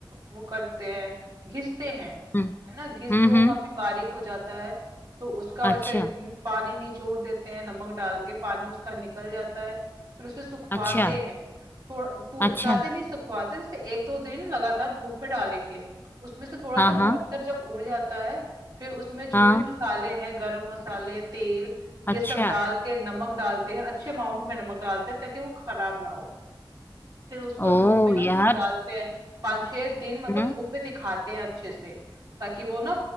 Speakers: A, on the right; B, on the left.
A: वो करते हैं घिसते हैं
B: हम्म
A: है ना घिस
B: हम्म
A: के वो
B: हम्म,
A: काफी बारीक हो जाता है तो उसका
B: अच्छा
A: वैसे न- पानी निचोड़ देते हैं नमक डाल के पानी उसका निकल जाता है फिर उसे सुखवाते
B: अच्छा
A: हैं थोड़ा पू-
B: अच्छा
A: ज्यादा नहीं सुखवाते जैसे एक दो दिन लगातार धूप में डालेंगे उसमें से थोड़ा
B: हाँ
A: सा
B: हाँ
A: मॉइस्चर जब उड़ जाता है फिर उसमें
B: हाँ
A: जो भी मसाले हैं गरम मसाले तेल ये
B: अच्छा
A: सब डाल के नमक डालते हैं अच्छे अमाउंट में नमक डालते हैं ताकि वो खराब ना हो फिर उसको
B: ओ
A: धूप में हम
B: यार
A: डालते हैं पाँच छह दिन मतलब
B: हम्म
A: धूप में दिखाते हैं अच्छे से ताकि वो ना